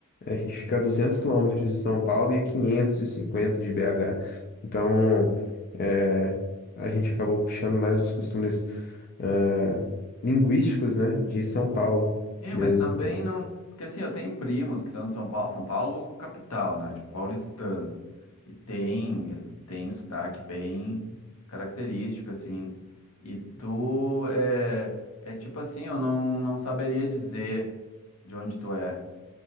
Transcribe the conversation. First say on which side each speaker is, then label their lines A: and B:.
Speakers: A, on the left; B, on the left.
A: a gente fica a 200 quilômetros de São Paulo e a 550 de BH. Então, é, a gente acabou puxando mais os costumes eh, linguísticos, né, de São Paulo
B: É,
A: mesmo.
B: mas também não. Porque assim, eu tenho primos que são de São Paulo, São Paulo capital, né? Tipo, paulistano. E tem, eles têm um sotaque bem característico, assim. E tu é, é tipo assim, eu não, não saberia dizer de onde tu é